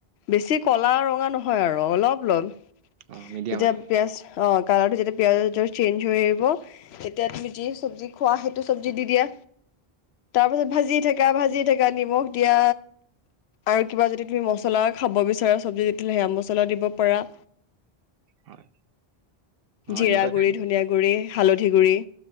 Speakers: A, on the left; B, on the right.
A: বেছি ক'লা - ৰঙা নহয় আৰু অলপ - অলপ
B: অ', মিডিয়াম
A: যেতিয়া
B: আৰু
A: পিঁয়াজ', অ', কালাৰটো যেতিয়া পিঁয়াজৰ চেঞ্জ হৈ আহিব', তেতিয়া তুমি যি চব্জি খোৱা, সেইটো চব্জি দি দিয়া, তাৰপাছত ভাজি থাকা - ভাজি থাকা', এতিয়া নিমখ দিয়া, আৰু কিবা যদি তুমি মছলা খাব বিচাৰা চব্জি দি দিলে সেয়া মছলা', মছলা দিব পাৰা',
B: হয়। অ',
A: জিৰা
B: এনেকুৱাকে
A: গুৰি, ধনিয়া গুৰি, হালধি গুৰি',